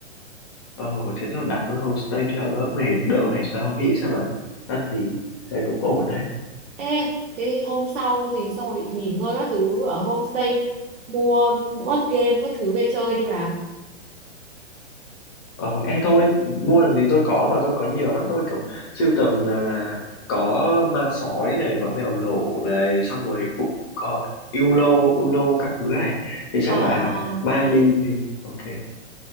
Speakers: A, on the left; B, on the right.
A: ờ thế cho đặt nó homestay đi cho đỡ mệt đỡ phải sao nghĩ xem mà ăn gì thế cũng ổn đấy
B: Ê, cái hôm sau thì xong rồi nghỉ ngơi các thứ ở homestay mua board game các thứ về chơi đi bà.
A: Ờ, e thôi, mua làm gì tôi có mà tôi có nhiều lắm, tôi kiểu sưu tầm là là có ma sói này, có mèo lỗ này, xong rồi cũng có Uno, Uno các thứ này. Thì chắc
B: Ờ,
A: là
B: ờ.
A: mai ly đi. Ok.